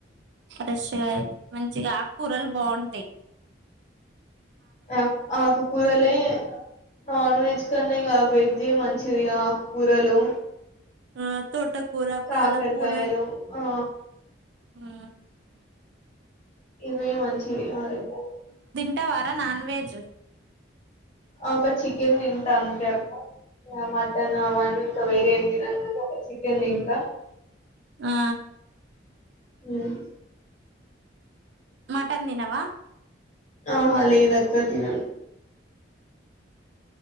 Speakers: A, on the right; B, on the left.
A: ఫ్రెష్ గా మంచిగా ఆక్కూరలు బావుంటాయి.
B: ఆ ఆకు కూరలే నన్ వెజ్ కన్నిగా వెజ్జే మంచ్ గా ఆకుకూరలు
A: ఆహ్ తోటకూర,
B: కాకరకాయలు
A: పాలకూర
B: ఆ
A: ఆహ్ ఆ
B: ఇవే మంచివి ఆరోగ్యానికి
A: ట్ట వార నాన్ వెజ్
B: ఒక చికెన్ తింటా అంతే అక్క. మటన్ అవని ఇంకా వేరే ఏం తినను కానీ ఒక్క చికెన్ తింటా.
A: ఆ
B: ఉహ్మ్
A: మటన్ దినవా
B: ఆహా లేదక్క తినను.